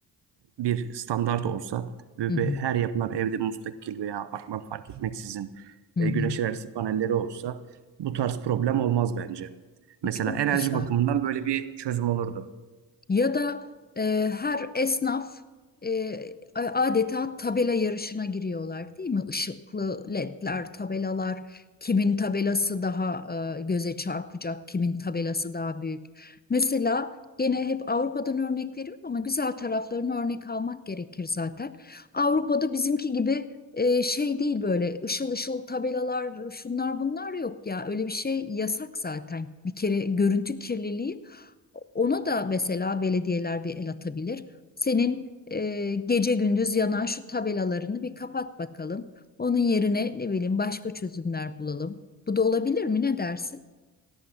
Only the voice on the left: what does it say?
hı
hı,
hı
hı.
Çok
güzel.
Ya da e, her esnaf e, a- adeta tabela yarışına giriyorlar değil mi? Işıklı ledler, tabelalar, kimin tabelası daha e, göze çarpacak, kimin tabelası daha büyük. Mesela gene hep Avrupa'dan örnek veriyorum ama güzel taraflarını örnek almak gerekir zaten. Avrupa'da bizimki gibi e, şey değil böyle ışıl ışıl tabelalar şunlar bunlar yok ya öyle bir şey yasak zaten. Bir kere görüntü kirliliği ona da mesela belediyeler bir el atabilir. Senin e, gece gündüz yanan şu tabelalarını bir kapat bakalım. Onun yerine ne bileyim başka çözümler bulalım. Bu da olabilir mi? Ne dersin?